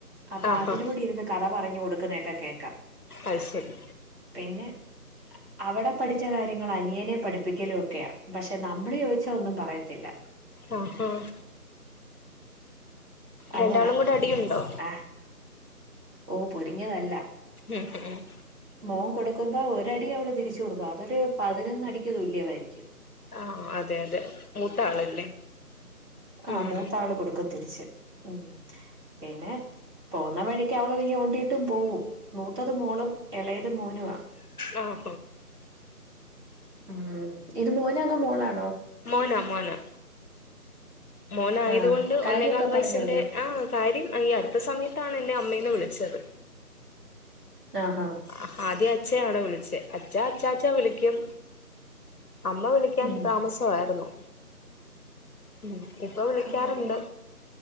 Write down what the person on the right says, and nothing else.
അപ്പ
അതിനോടിര്ന്ന് കഥ പറഞ് കൊടുക് ക്ക്‌ന്നയൊക്കെ കേക്കാ
പിന്നെ അവ്ടെ പഠിച്ച കാര്യങ്ങള് അനിയനെ പഠിപ്പിക്കലും ഒക്കെയാ, പക്ഷെ നമ്മള് ചോദിച്ച ഒന്നും പറയത്തില്ല.
അങ്ങനാ
ഉം ആഹ് ഓ പൊരിഞ്ഞ തല്ലാ.
മോമ് കൊടുക്കുമ്പോ ഒരടി അവള് തിരിച്ച് കൊടുക്കും അതൊരു പതിനൊന്നടിക്ക് തുല്യമായിരിക്കും.
ആ
മൂത്താള് കൊടുക്കും തിരിച്ച്. ഉം പിന്നെ പോകുന്ന വഴിക്ക്‌ അവളൊന്നു ഞോണ്ടീട്ടും പോകും. മൂത്തത് മോളും ഇളയത് മോനുവാ.
ഉം ഇത് മോനാണോ മോളാണോ
ആഹ്
കാര്യൊക്കെ
പറഞ്ഞു തുടങ്ങിയോ
ആഹ് ഹാ
ഉം
അത് എന്റെ